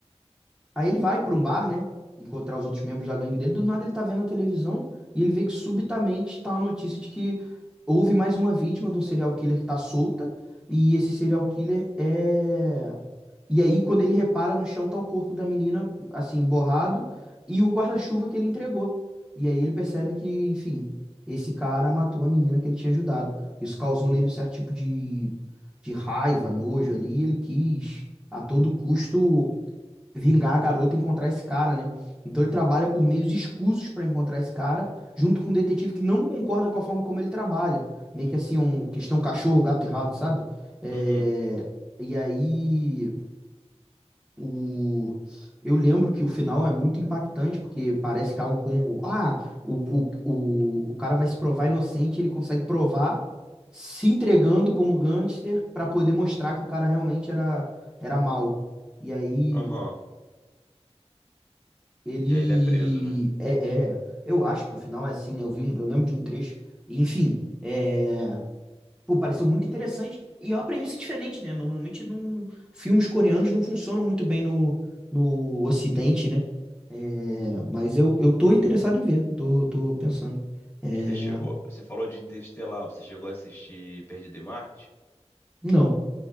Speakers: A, in the centre; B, on the left.
A: Aí ele vai pra um bar, né? Encontrar os outros membros da gangue dele. Do nada ele tá vendo a televisão e ele vê que subitamente tá a notícia de que houve mais uma vítima de um serial killer que tá solta. E esse serial killer é. E aí, quando ele repara no chão, tá o corpo da menina, assim, borrado, e o guarda-chuva que ele entregou. E aí ele percebe que, enfim, esse cara matou a menina que ele tinha ajudado. Isso causou nele um certo tipo de, de raiva, nojo ali, e ele quis, a todo custo vingar a garota e encontrar esse cara, né? Então ele trabalha por meios escusos pra encontrar esse cara, junto com um detetive que não concorda com a forma como ele trabalha. Meio que assim, um questão cachorro, gato e rato, sabe? É,
B: Uhum,
A: E aí, o... eu lembro que o final é muito impactante, porque parece que é algo como, ah, o, o, o, o cara vai se provar inocente, ele consegue provar se entregando como gangster pra poder mostrar que o cara realmente era, era mal. E aí,
B: aham.
A: Ele
B: E aí ele é preso, né?
A: é, é, eu acho que o final é assim, né? Eu vi um, eu lembro de um trecho, e, enfim, é, pô, pareceu muito interessante e é uma premissa diferente, né? Normalmente não, não- filmes coreanos não funcionam muito bem no, no Ocidente, né? É, mas eu, eu tô interessado em ver, tô, tô pensando. É,
B: Você chegou, você falou de Interestelar, você chegou a assistir Perdido em Marte?
A: não,